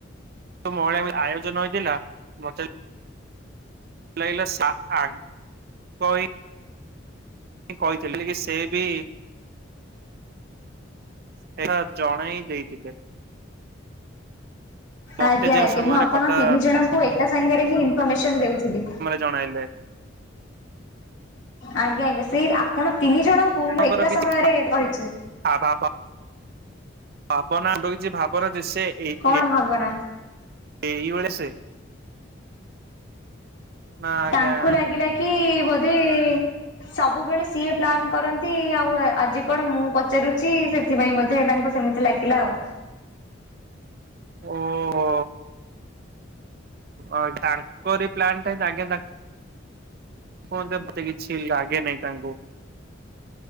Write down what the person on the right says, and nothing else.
ମହିଳା ଆୟୋଜନ ହେଇଥିଲା ମତେ ଲାଗିଲା ସା ଆ ଟଇ କହିଥିଲି କି ସେ ବି ସେଟା ଜଣେଇ ଦେଇଥିଲେ। ମତେ
ଯେଉଁ
ସମୟରେ
କଥା
ଜଣେଇଲେ।
ଆପଣଙ୍କର
କିଛି
ଆ ବା ବା ଭାବନା ଦଉଛି ଭାବର ଯେ ସେ ଇ
ଇ।
ଏ ଇ ବଳ ସେ ନା ଆଜ୍ଞା
ଓହୋ। ଓ ତାଙ୍କରି ପ୍ଲାନଟା ସାଙ୍ଗେ ତା କୁହନ୍ତି ମତେ କିଛି ଲାଗେ ନାହିଁ ତାଙ୍କୁ।